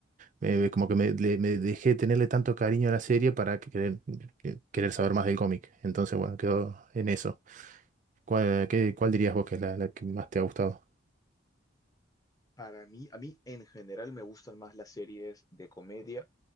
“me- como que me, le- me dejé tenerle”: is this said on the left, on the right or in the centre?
Right